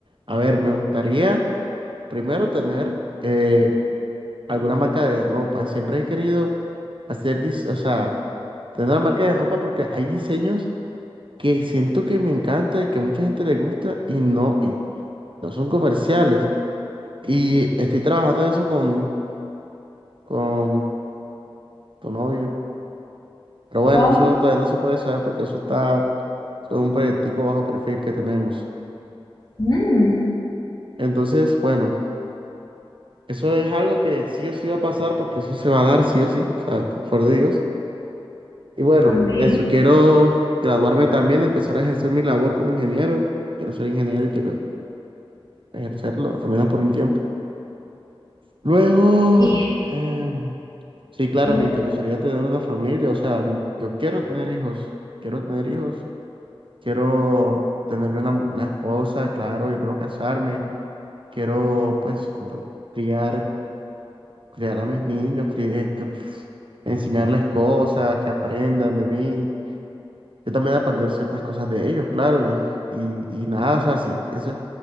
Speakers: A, on the right; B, on the left.
A: A ver, me gustaría primero tener eh, alguna marca de ropa. Siempre he querido hacer, dis- o sea, tener una marca de ropa porque hay diseños que siento que me encanta y que a mucha gente le gusta y no, y no son comerciales. Y estoy trabajando eso con, con tu novio. Pero bueno,
B: Con,
A: eso todavía no se puede saber porque eso está, eso es un proyectico bajo perfil que tenemos.
B: mm,
A: Entonces, bueno, eso es algo que sí o sí va a pasar porque eso se va a dar sí o sí, o sea, co- por favor de Dios. Y bueno,
B: amén.
A: eso, quiero graduarme también, empezar a ejercer mi labor como ingeniero. Quiero ser ingeniero y quiero ejercerlo, al menos por un tiempo. Luego,
B: Y es-
A: em, sí, claro,
B: luego,
A: me interesaría tener una familia, o sea, m- yo quiero tener hijos, quiero tener hijos, quiero tener una, mu- una esposa, claro, yo quiero casarme, quiero pues o- criar, criar a mis niños, que, que, pf, enseñarles cosas, que aprendan de mí, yo también aprender ciertas cosas de ellos, claro, y, y, y nada, o sea, sí, eso,